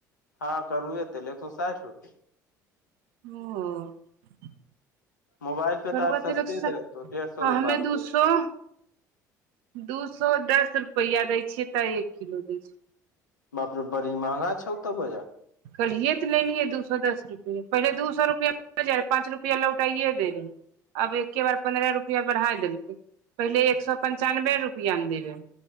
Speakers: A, on the left; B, on the right.
A: हँ करुए तेल एक सौ साइठ रूपैय
B: <unintelligible>
A: मोबाइल पे तऽ
B: करआ
A: आर सस्ते
B: तेल एक सौ साइठ
A: देतो
B: <inaudible>
A: डेढ़ सए रुपआ
B: हमे
A: मे
B: दूसो
A: देत
B: दू सौ दस रुपैआ दै छियै तऽ एक किलो दै छिय
A: बाप रे बड़ी महगा छौ तऽ बजह
B: कलिये तऽ ले लियए दू सए दस रुपए पहिले दू सए रुपैआ जा रह पाँच रुपआ लौटाइयए दे रहै आब एके बार पन्द्रह रुपआ बढ़ा देलकै पहिले एक सए पं्चानबे रुपआ मऽ दे रहे